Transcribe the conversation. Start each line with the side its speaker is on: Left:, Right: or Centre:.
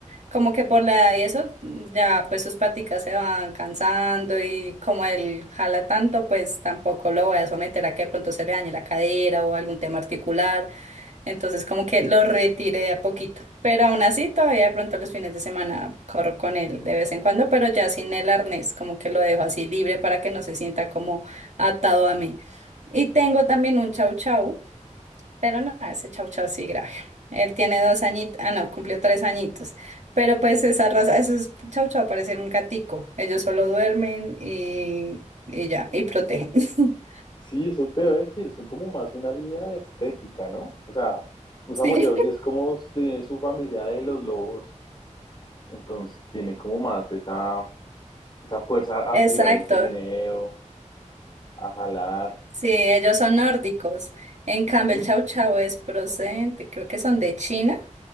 Right: como que por la edad y eso, ya pues sus paticas se van cansando y como él jala tanto, pues tampoco lo voy a someter a que de pronto se le dañe la cadera o algún tema articular. Entonces como que lo retiré de a poquito. Pero aún así, todavía de pronto los fines de semana corro con él de vez en cuando, pero ya sin el arnés, como que lo dejo así libre para que no se sienta como atado a mí. Y tengo también un chau chau. Pero no, ese chau chau sí grave. Él tiene dos añitos, ah no, cumplió tres añitos. Pero pues esa raza, eso es chau chau, parecer un gatico. Ellos solo duermen y, y ya, y protegen. <laughs>
Left: sí, eso te iba a decir, son como más una línea de estética, ¿no? O sea, un
Right: Sí,
Left: samoyedo sí es como de su familia de los lobos, entonces tiene como más esa, esa fuerza
Right: exacto.
Left: a tirar el trineo, a jalar.
Right: Sí, ellos son nórdicos. En cambio,
Left: Ujú,
Right: el chau chau es procedente, creo que son de China